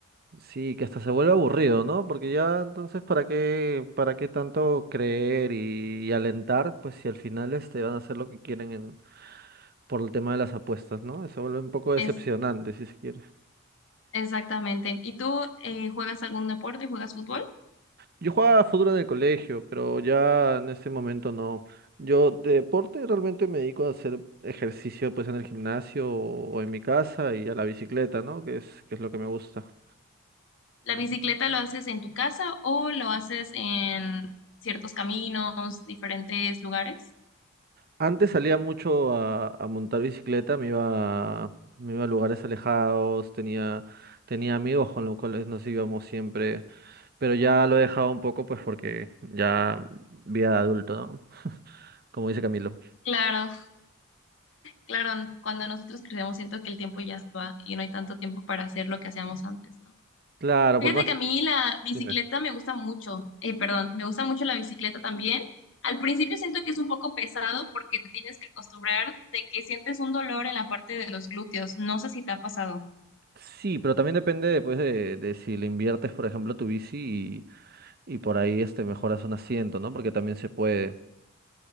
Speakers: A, on the right (about 45°); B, on the left (about 60°).
A: Sí, que hasta se vuelve aburrido, ¿no? Porque ya entonces, ¿para qué, para qué tanto creer y, y alentar? Pues si al final este, van a hacer lo que quieren por el tema de las apuestas, ¿no? Se vuelve un poco decepcionante,
B: Es
A: si se quiere.
B: Exactamente. ¿Y tú eh, juegas algún deporte? ¿Juegas fútbol?
A: Yo jugaba fútbol en el colegio, pero ya en este momento no. Yo de deporte realmente me dedico a hacer ejercicio pues en el gimnasio o en mi casa y a la bicicleta, ¿no? Que es, que es lo que me gusta.
B: ¿La bicicleta lo haces en tu casa o lo haces en ciertos caminos, diferentes lugares?
A: Antes salía mucho a, a montar bicicleta, me iba, a- me iba a lugares alejados, tenía, tenía amigos con los cuales nos íbamos siempre, pero ya lo he dejado un poco pues porque ya vida de adulto, ¿no? Como dice Camilo.
B: Claro, claro. Cuando nosotros crecemos siento que el tiempo ya se va y no hay tanto tiempo para hacer lo que hacíamos antes, ¿no?
A: Claro,
B: Fíjate
A: por más,
B: que a mí la bicicleta
A: dime.
B: me gusta mucho. Eh, perdón, me gusta mucho la bicicleta también. Al principio siento que es un poco pesado porque te tienes que acostumbrar de que sientes un dolor en la parte de los glúteos. No sé si te ha pasado.
A: Sí, pero también depende después de, de si le inviertes, por ejemplo, tu bici y, y por ahí este mejoras un asiento, ¿no? Porque también se puede,